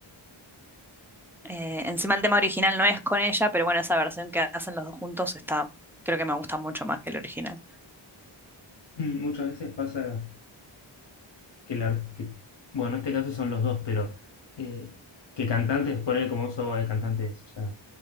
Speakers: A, in the centre; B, on the left.
A: Eh, encima el tema original no es con ella, pero bueno, esa versión que hacen los dos juntos está, creo que me gusta mucho más que el original.
B: Mm, Muchas veces pasa que, la, que- bueno, en este caso son los dos, pero eh, que cantantes, poner como eso de cantantes ya